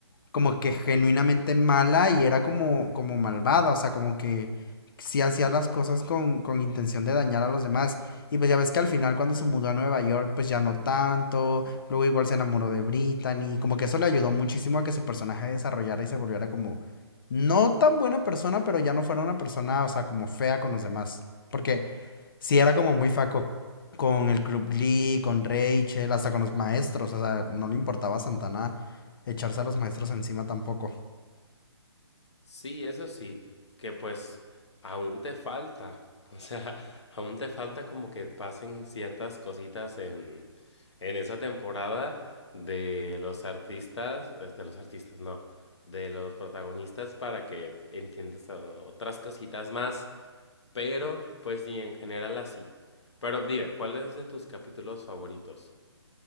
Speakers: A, on the left (about 50°); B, on the left (about 75°).
A: como que genuinamente mala y era como, como malvada, o sea, como que sí hacía las cosas con, con intención de dañar a los demás. Y pues ya ves que al final cuando se mudó a Nueva York, pues ya no tanto, luego igual se enamoró de Brittany, como que eso le ayudó muchísimo a que su personaje desarrollara y se volviera como no tan buena persona, pero ya no fuera una persona, o sea, como fea con los demás. Porque sí era como muy faco con el Club Glee, con Rachel, hasta con los maestros, o sea, no le importaba a Santana echarse a los maestros encima tampoco.
B: Sí, eso sí, que pues aún te falta, <laughs> o sea, aún te falta como que pasen ciertas cositas en, en esa temporada de los artistas, eh, de los artistas, no, de los protagonistas para que entiendas eh, otras cositas más. Pero, pues sí, en general así. Pero dime, ¿cuál es de tus capítulos favoritos?